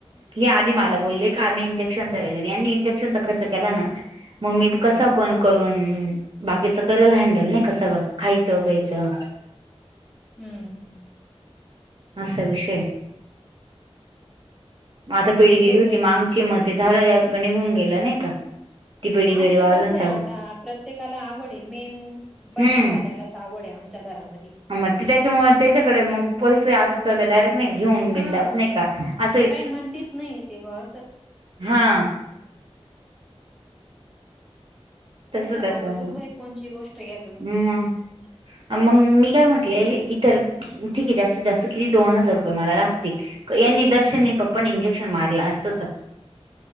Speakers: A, on the right; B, in the centre.
A: हे आधी मला बोललेय का आम्ही इंजेक्शनचा वगैरे यांनी इंजेक्शनचा खर्च केला ना. मम्मी कसं
B: ह
A: पण करून बाकीचं केयला हँडल नाही कसं खायचं प्यायचं.
B: हम्म.
A: असा विषय आता पिढगिरी
B: तेच होतय
A: होती मग. मती झालं निघून गेला नाही का. ती पेडगिरी
B: आमचं
A: अजून
B: कसं आहे
A: चालू
B: आता प्रत्येकाला आवड आहे मेन पैशावाल्यालाच
A: हम्म
B: आवड आहे आम. च्यागरामध्ये.
A: मग ते त्याच्यामुळे त्याच्याकडे मग पैसे असतात ते डायरेक्ट नाही घेऊन बिंंदास
B: हा
A: नाही का असे
B: मग काही म्हणतीच नाही ते बो अस.
A: हा. तस
B: पैसा
A: त्याच्यामुळ
B: लागतोच बाई कोणची गोष्ट घ्या तुम्ही
A: मग. मग मी काय म्हटले इतर ठीके जास्तीत, जास्त किती दोन हजार रुपये मला लागतील. यांनी दर्शननी पप्पानी इंजेक्शन मारलं असतं तर.